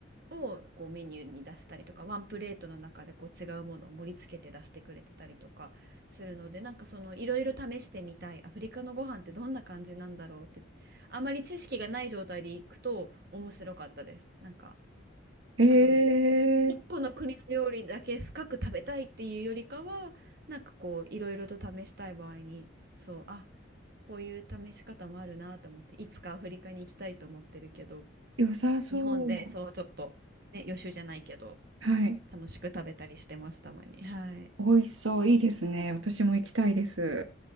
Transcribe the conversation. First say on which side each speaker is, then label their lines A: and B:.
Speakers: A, on the right; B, on the right.
A: をこうメニューに出したりとかワンプレートの中でこう違うものを盛り付けて出してくれてたりとかするのでなんかそのいろいろ試してみたいアフリカのご飯ってどんな感じなんだろうってあまり知識がない状態で行くと面白かったです。なんか
B: ん。えー、
A: 多分一個の国の料理だけ深く食べたいっていうよりかはなんかこういろいろと試したい場合にそうあこういう試し方もあるなと思っていつかアフリカに行きたいと思ってるけど
B: 良さそう。
A: 日本でそうちょっとね予習じゃないけど
B: はい。
A: 楽しく食べたりしてますたまにはい
B: 美味しそう。いいですね。私も行きたいです。